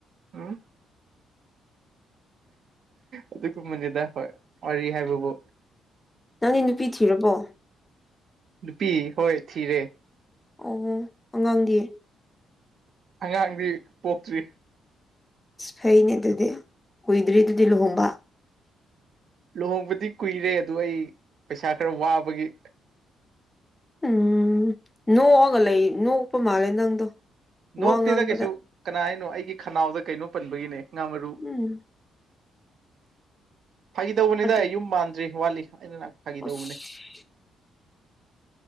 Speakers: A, on the right; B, on the left.
A: ꯎꯝ ꯑꯗꯨꯒꯨꯝꯕꯅꯤꯗ ꯍꯣꯏ ꯋꯥꯔꯤ ꯍꯥꯏꯕꯕꯨ꯫
B: ꯅꯪꯗꯤ ꯅꯨꯄꯤ ꯊꯤꯔꯕꯣ꯫
A: ꯅꯨꯄꯤ ꯍꯣꯏ ꯊꯤꯔꯦ꯫
B: ꯑꯣ ꯑꯉꯥꯡꯒꯤ꯫
A: ꯑꯉꯥꯡꯗꯤ ꯄꯣꯛꯇ꯭ꯔꯤ꯫
B: ꯐꯩꯅꯦ ꯑꯗꯨꯗꯤ ꯀꯨꯏꯗ꯭ꯔꯤꯗꯨꯗꯤ ꯂꯨꯍꯣꯡꯕ꯫
A: ꯂꯨꯍꯣꯡꯕꯗꯤ ꯀꯨꯏꯔꯦ ꯑꯗꯨ ꯑꯩ ꯄꯩꯁꯥ ꯈꯔ ꯋꯥꯕꯒꯤ꯫
B: ꯎꯝ ꯅꯣꯛꯑꯒ ꯂꯩ ꯅꯣꯛꯄ ꯃꯥꯜꯂꯦ ꯅꯪꯗꯣ꯫
A: ꯅꯣꯛꯇꯦꯗ
B: ꯋꯥ ꯉꯥꯡꯕꯗ
A: ꯀꯩꯁꯨ ꯀꯅꯥ ꯍꯥꯏꯅꯣ ꯑꯩꯒꯤ ꯈꯅꯥꯎꯗ ꯀꯩꯅꯣ ꯄꯟꯕꯒꯤꯅꯦ ꯉꯥ ꯃꯔꯨ꯫
B: ꯎꯝ
A: ꯐꯥꯒꯤꯗꯧꯕꯅꯦꯗ
B: ꯑꯗꯨ
A: ꯌꯨꯝ ꯃꯥꯟꯗ꯭ꯔꯤ ꯋꯥꯠꯂꯤ ꯑꯩꯅ ꯅꯍ ꯐꯥꯒꯤꯗꯧꯕꯅꯦ꯫
B: ꯑꯁ